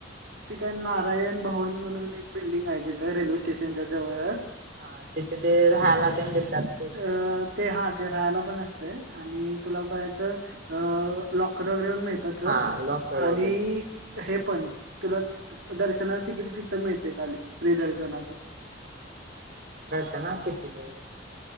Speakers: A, on the right; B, on the right.
A: ति काय नारायण भवन म्हणून, एक बिल्डिंग आहे तिथं रेल्वे स्टेशनच्या जवळच
B: हा तिथे ते राहायला तेन देतात ते त्यांना
A: अ ते हा ते राहायला पण तय तूला पाहिजे तर, अ लाँकर वगैरे मिळतात सोड
B: हा लॉकर
A: आणि
B: वगैरे
A: हे पण तुला दर्शनाचं तिकीट तिथं मिळतय, खाली फ्री दर्शनाचं.
B: <unintelligible> कितीच आहे.